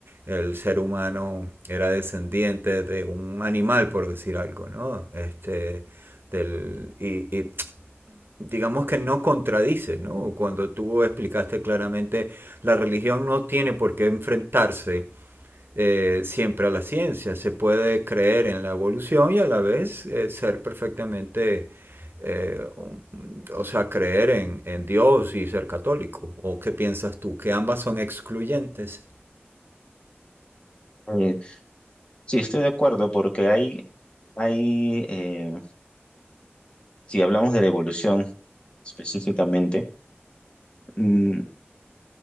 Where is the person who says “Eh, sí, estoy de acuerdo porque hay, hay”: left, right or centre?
Left